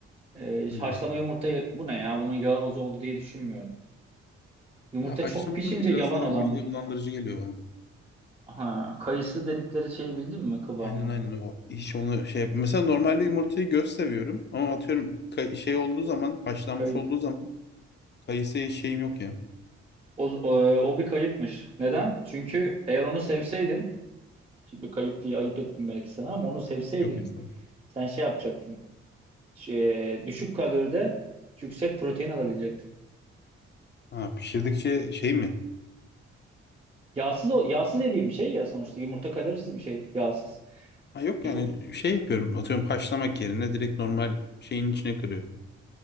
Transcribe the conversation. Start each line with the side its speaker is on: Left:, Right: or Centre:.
Right: Ee,
Left: Hmm.
Right: haşlama yumurta bu ne ya? Bunun yağı az oldu diye düşünmüyorum. Yumurta
Left: Ya haşlama
Right: çok pişince
Left: olunca biraz
Right: yavan
Left: daha
Right: olan
Left: mide
Right: bir...
Left: bulandırıcı geliyor bana.
Right: Ha, kayısı dedikleri şeyi bildin mi kıvamı?
Left: Aynen aynen o hiç onu şey yap- Mesela normalde yumurtayı göz seviyorum ama atıyorum kay- şey olduğu zaman haşlanmış
Right: Kayı.
Left: olduğu zaman kayısıya şeyim yok ya.
Right: O, o, o bir kayıpmış. Neden? Çünkü eğer onu sevseydin, şimdi kayıp diye ayıp ettim belki sana ama onu sevseydin
Left: Yok mesela.
Right: sen şey yapacaktın. Şey, düşük kaloride yüksek protein alabilecektin.
Left: Ha pişirdikçe şey mi?
Right: Yağsız o- yağsız dediğim bir şey ya sonuçta yumurta kalorisiz bir şey, yağsız.
Left: Ha yok
Right: Bir
Left: yani
Right: fu-
Left: şey yapıyorum atıyorum haşlamak yerine direkt normal şeyin içine kırıyorum.